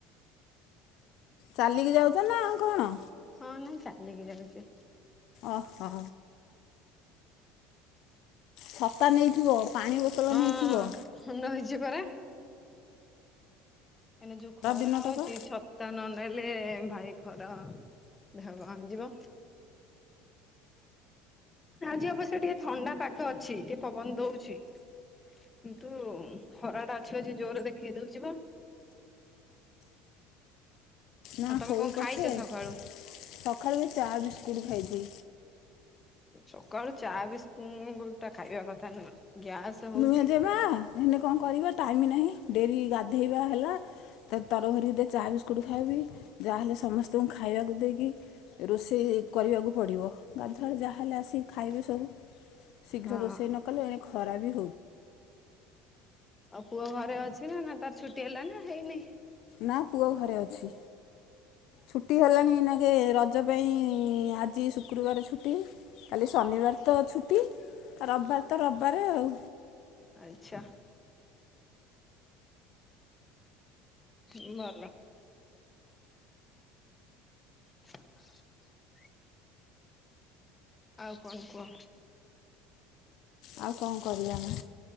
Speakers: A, on the left (about 65°); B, on the left (about 20°).
A: ଚାଲିକି ଯାଉଛ ନା କଣ?
B: ହଁ ନାଇଁ ଚାଲିକି ଯାଉଛି?
A: ଓହୋ। ଛତା ନେଇଥିବ। ପାଣି ବୋତଲ
B: ହଁ
A: ନେଇଥିବ
B: ହଁ ମୁଁ ନଇଛି ପରା। କାଇଁନା ଯୋଉ ଖରା
A: ଦିନଟା
B: ହଉଛି
A: ପା
B: ଛତା ନ ନେଲେ ହେଲେ ଭାଇ ଖରା ଦେହ କଣ ହେଇଯିବ। ଆଜି ଅବଶ୍ୟ ଟିକେ ଥଣ୍ଡା ପାଗ ଅଛି ଟିକେ ପବନ ଦଉଛି କିନ୍ତୁ ଖରାଟା ଅଛି ଅଛି ଜୋରରେ ଦେଖେଇ ଦଉଛି ବା।
A: ନା
B: ଆଉ ତମେ
A: ହଉ
B: କଣ
A: ପଛେ
B: ଖାଇଛ ସକାଳୁ
A: ସକାଳୁ ବି ଚା ବିସ୍କୁଟ୍ ଖାଇଛି।
B: ସକାଳୁ ଚା ବିସ୍କୁଟ ଗୋଟା ଖାଇବା କଥା ନୁହଁ। ଗ୍ୟାସ ହଉଛି
A: ନୁହେଁ ଯବା ହେନ କଣ କରିବା ଟାଇମ ନାହିଁ ଡେରି ଗା ଧେଇବା ହେଲା ତର ଭରିରେ ଚା ବିସ୍କୁଟ ଖାଇବି ଯାହାହେଲେ ସମସ୍ତଙ୍କୁ ଖାଇବାକୁ ଦେଇକି ରୋଷେଇ କରିବାକୁ ପଡ଼ିବ ଗାଧୁଆଡ଼ ଯାହାହେଲେ ଆସିକି ଖାଇବେ ସବୁ ଶୀଘ୍ର
B: ହଁ
A: ରୋଷେଇ ନ କଲେ ଏଣେ ଖରା ବି
B: ଆଉ ପୁଅ ଘରେ ଅଛି ନା ନା ତାର ଛୁଟି ହେଲା ନାଁ ହେଇନି?
A: ନାଁ ପୁଅ ଘରେ ଅଛି। ଛୁଟି ହେଲାଣି ଏଇନା କେ ରଜ <inaudible> ଆଜି ଶୁକ୍ରବାର ଛୁଟି କାଲି ଶନିବାର ତ ଛୁଟି ରବିବାର ତ ରବିବାର ଆଉ
B: ଆଚ୍ଛା। ଭଲ <inaudible> ଆଉ କଣ କୁହ?
A: ଆଉ କଣ କରିବା ନାଁ